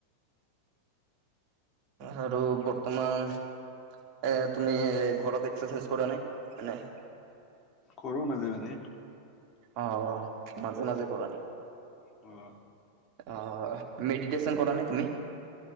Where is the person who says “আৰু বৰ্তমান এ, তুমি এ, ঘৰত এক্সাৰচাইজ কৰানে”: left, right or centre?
Right